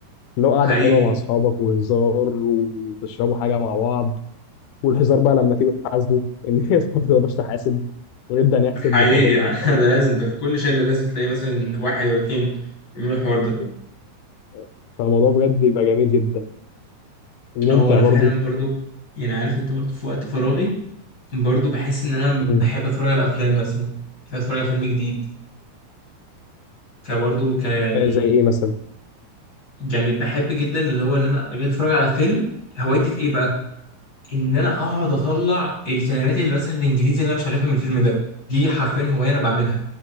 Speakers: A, on the left; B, on the left.
A: لو قعدة
B: حقيقي
A: حلوة مع أصحابك وهزار وتشربوا حاجة مع بعض والهزار بقى لما تيجوا تحاسبوا إن هي <laughs> ما بتقدرش تحاسب ونبدأ نحسب
B: حقيقي
A: والموضوع
B: يعني
A: بيبقى بيبقى
B: <laughs>
A: مضحك
B: ده لازم ده في كل شلة لازم تلاقي مثلا واحد ولا اتنين يعملوا الحوار ده
A: <laughs> فالموضوع بجد بيبقى جميل جدا وممتع
B: هو أنا
A: برضو
B: فعلا برضو يعني عارف أنت برضو في وقت فراغي برضو بحس إن أنا
A: مم.
B: بحب أتفرج على أفلام مثلا بحب أتفرج على فيلم جديد فبرضو ك يعني
A: آه، زي إيه مثلا
B: يعني بحب جدا اللي هو إن أنا أجي أتفرج على فيلم هوايتي في إيه بقى؟ ان انا اقعد اطلع الكلمات اللي مثلا الانجليزي اللي انا مش عارفها من الفيلم ده دي حرفيا هوايه انا بعملها